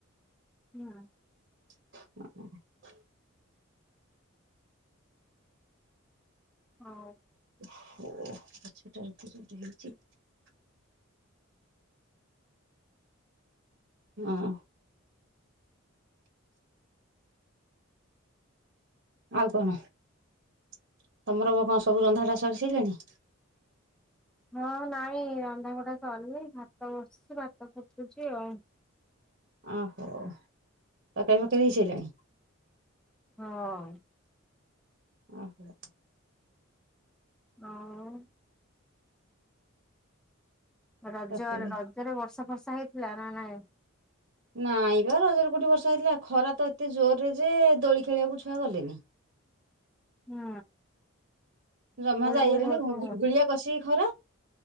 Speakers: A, in the centre; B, on the right.
A: ହୁଁ।
B: <inaudible>
A: ହୋଉ।
B: <inaudible> ହଁ। ଆଉ କଣ ତମର କଣ <inaudible> ତମର କଣ ସବୁ ରନ୍ଧାବଢ଼ା ସରି ସାରିଲାଣି?
A: ହଁ ନାଇଁ ରନ୍ଧାବଢା ସରିନି ଭାତ ବସୁଛି ଭାତ ଫୁଟୁଛି ଆଉ।
B: ଓହୋ <inaudible> ତରକାରୀ ଫର୍କରି ହେଇସାରିଲାଣି।
A: ହଁ।
B: ଓହୋ।
A: ହୋଉ। ରଜ
B: ତରକାରୀ
A: ରଜରେ ବର୍ଷା ବର୍ଷା ହେଇଥିଲା ନା ନାହିଁ?
B: ନାଇଁ ବା ରଜରେ କୋଉଠି ବର୍ଷା ହେଇଥିଲା ଖରା ତ ଏତେ ଜୋର ରେ ଯେ ଦୋଳି ଖେଳିବାକୁ ଛୁଆ ଗଲେନି।
A: ହୁଁ।
B: ଜମା
A: ଗୁଳୁ
B: ଯାଇ
A: ଗୁଳି
B: ହେଲାନି
A: ହଉଥିବ।
B: ଗୁଲୁ ଗୁଳିଆ କଷିକି ଖରା